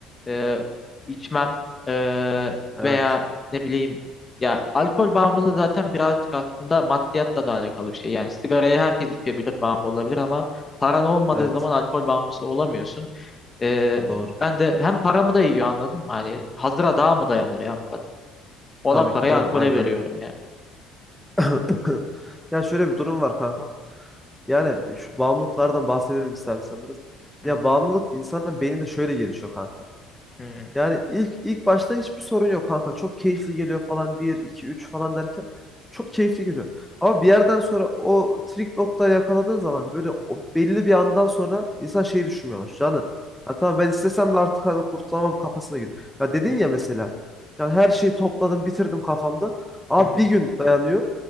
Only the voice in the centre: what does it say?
Evet,
evet,
doğru.
Tabii
ki canım,
aynen
öyle.
<laughs> Ya şöyle bir durum var kanka. Yani şu bağımlılıklardan bahsedelim istersen biraz.
Ya
bağımlılık insanın beyninde şöyle gelişiyor kanka.
Yani ilk ilk başta hiçbir sorun yok kanka. Çok keyifli geliyor falan bir 2 3 falan derken çok keyifli geliyor. Ama bir yerden sonra o trik noktayı yakaladığın zaman böyle o belli bir andan sonra insan şeyi düşünmeye başlıyor. Yani ha tamam ben istesem de artık hani kurtulamam kafasına giriyor. Ya dedin
ya mesela. Yani her şeyi topladım bitirdim kafamda. Abi
bir gün dayanıyor.